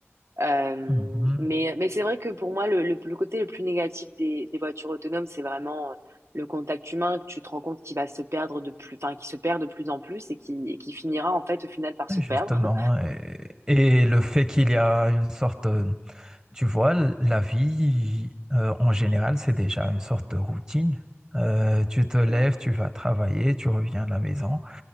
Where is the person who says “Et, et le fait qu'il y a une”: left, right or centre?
Right